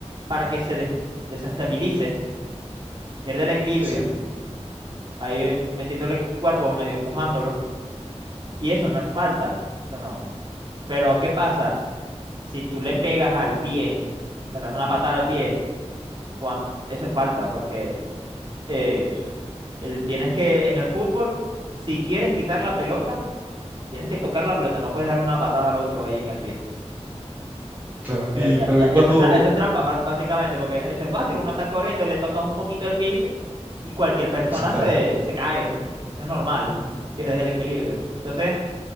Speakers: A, on the right; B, on the right.
A: para que se des- desestabilice, pierde el equilibrio,
B: Sí,
A: ahí eh, metiéndole cuerpo, medio empujándolo, y eso no es falta, eso no. Pero, ¿qué pasa si tú le pegas al pie, te le das una patada al pie, cuan- eso es falta, porque... eh, s- el- tienes que, en el fútbol, si quieres quitar la pelota, tienes que tocar la pelota, no puedes darle una patada al otro ahí en el pie.
B: claro.
A: Porque
B: Y,
A: ya,
B: pero
A: ya,
B: ¿y cuándo
A: ya eso es, tra- eso es trampa, ba- básicamente, porque eso es fácil, uno está corriendo, le tocas un poquito el pie y, se- y cualquier persona
B: se cae?
A: se, se cae. Eso es normal, pierdes el equilibrio. Entonces,